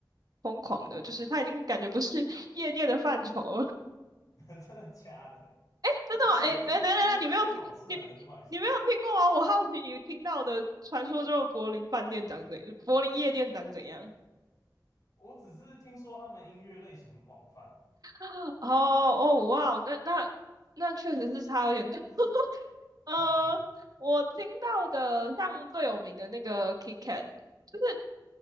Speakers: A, on the right; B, on the left.
A: 疯狂的，就是它已经感觉不是 <laughs> 夜店的范畴了。
B: <laughs> 真的假的？
A: 真的吗？
B: <laughs>
A: 哎、哎、
B: 听，
A: 等等等，
B: 这是这是好事还是坏事？
A: 你没有听你你没有听过吗？我好奇你听到的传说中的柏林饭店长怎柏林夜店长怎样？
B: 我只是听说他们音乐类型很广泛
A: 哦哦哇哦，那那那确实是差有点多。<laughs> 呃，
B: <laughs>
A: 我听到的像最有名的那个 KitKat，就是